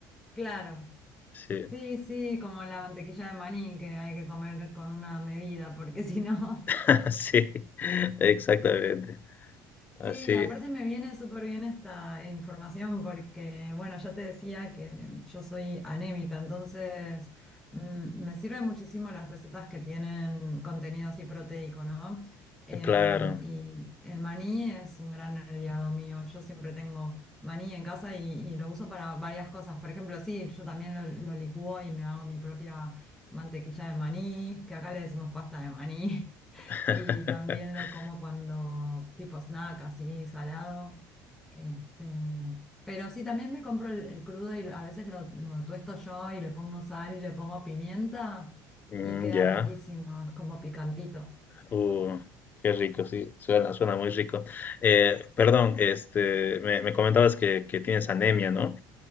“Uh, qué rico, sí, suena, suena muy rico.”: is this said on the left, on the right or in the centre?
Left